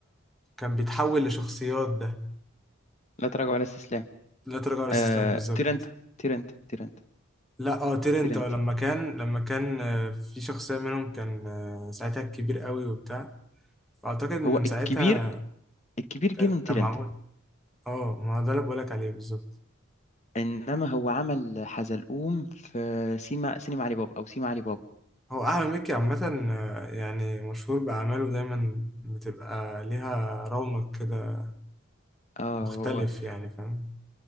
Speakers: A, in the centre; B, on the left.
A: كان بيتحول لشخصيات ده
B: لا تراجع ولا استسلام
A: لا تراجع ولا استسلام
B: آه،
A: بالظبط
B: تيرنتا تيرنتا تيرنتا
A: لا اه تيرنت
B: تيرنتا
A: آه، لما كان لما كان آه، في شخصيه منهم كان آه، ساعتها كبير قوي وبتاع اعتقد من
B: هو الكبير
A: ساعتها
B: الكبير
A: كان
B: جه من تيرنتا
A: كان معمول اه ما هو ده اللي بقولك عليه بالظبط
B: انما هو عمل حزلقوم في سيما سينما علي بابا او سيما علي بابا
A: هو أحمد مكي عامة آه، يعني مشهور بأعماله دايما بتبقى ليها رونق كده
B: اه
A: مختلف
B: هو
A: يعني فاهم